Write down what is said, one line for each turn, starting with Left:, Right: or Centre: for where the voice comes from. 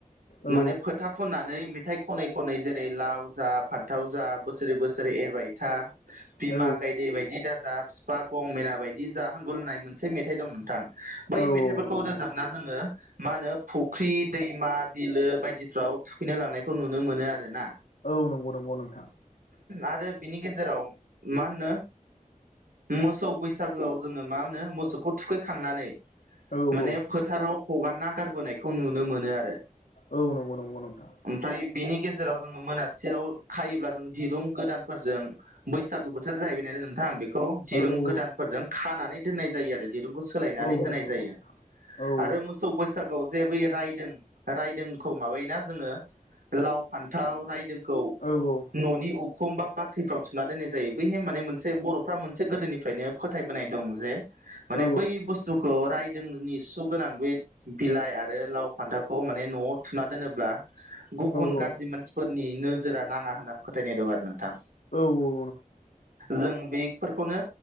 Left: औ
Right: माने फोथा फुननानै मेथाइ खनै खनै जेरै लाव जा फान्थाव जा बोसोरै बोसोरै एरबाय था बिमा
Left: औ
Right: गायदे बायदि दाजा फिपा गंमेना बायदि जा होनगुर लायनाय मोनसे मेथाइ दं नोंथां बै
Left: औ
Right: मे थाइफोरखौ
Left: नंगौ नंगौ
Right: रोजाबना जोङो मा होनो फुख्रि दैमा बिलो बायदिफ्राव थुखैनो लांनायखौ नुनो मोनो आरो ना।
Left: औ नंगौ नंगौ नोंथां।
Right: आरो बिनि गेजेराव मा होनो मोसौ बैसागोआव जोङो मा होनो मोसौखौ थुखैखांनानै
Left: औ
Right: माने
Left: औ
Right: फो थाराव हगारना गारबोनायखौ नुनो मोनो आरो।
Left: औ नंगौ नंगौ नोंथां।
Right: ओमफ्राय बेनि गेजेराव जोङो मोनासियाव खायोब्ला जों दिरुं गोदान फोरजों बैसागु बोथोर जाहैबाय नालाय नोंथां बेखौ दिरुं
Left: औ औ
Right: गोदानफोरजों खानानै दोननाय जायो आरो दिरुंखौ सोलायनानै
Left: औ
Right: होनाय
Left: नंगौ नंगौ
Right: जायो
Left: नोंथां औ औ
Right: आरो मो सौ बैसागुआव जे बै रायदों रायदोंखौ माबायोना जोङो लाव फान्थाव रायदोंखौ
Left: औ औ
Right: न'नि उखुम बा बाख्रिफ्राव थुना दोननाय जायो बैहाय माने मोनसे बर'फ्रा मो से गोदोनिफ्रायनो फोथायबोनाय दं जे माने
Left: औ
Right: बै बुस्थु खौ रायदोंनि सु गोनां बे बिलाइ आरो लाव फान्थावखौ माने न'आव थुना दोनोब्ला गुबुन
Left: औ
Right: गाज्रि मानसिफोर नि नोजोरा नाङा होनना फोथायनाय दं आरो नोंथां
Left: औ औ
Right: जों बे फोरखौनो